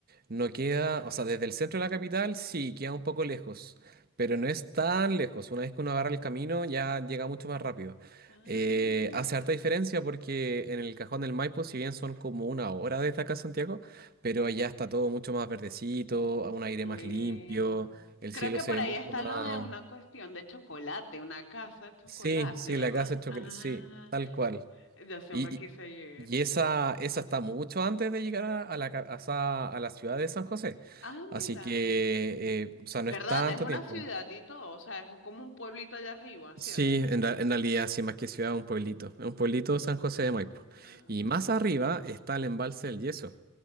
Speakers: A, on the right; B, on the left.
A: No queda, o sea, desde el centro de la capital sí, queda un poco lejos, pero no es tan lejos. Una vez que uno agarra el camino ya llega mucho más rápido.
B: Ah,
A: Eh,
B: mira.
A: hace harta diferencia porque en el Cajón del Maipo, si bien son como una hora desde acá a Santiago, pero allá está todo mucho más verdecito, a un aire
B: Qué lindo.
A: más limpio, el
B: Creo
A: cielo
B: que
A: se
B: por
A: ve
B: ahí
A: mucho
B: está
A: más...
B: lo de una cuestión de chocolate, una casa de chocolate,
A: Sí, sí,
B: ¿verdad?
A: la casa de chocolate,
B: Ah,
A: sí, tal cual.
B: yo siempre
A: Y,
B: quise
A: y-
B: ir.
A: y esa, esa está mucho antes de llegar a, a la, ca- a, esa- a la ciudad de San José.
B: Ah,
A: Así
B: mira.
A: que, eh, o sea, no
B: ¿Verdad?
A: es tanto
B: Es una
A: tiempo.
B: ciudad y todo, o sea, es como un pueblito allá arriba, ¿cierto?
A: Sí, en, ra- en realidad, sí, más que ciudad, es un pueblito. Es un pueblito
B: Mm,
A: San José de Maipo.
B: ah,
A: Y más arriba está el embalse del Yeso.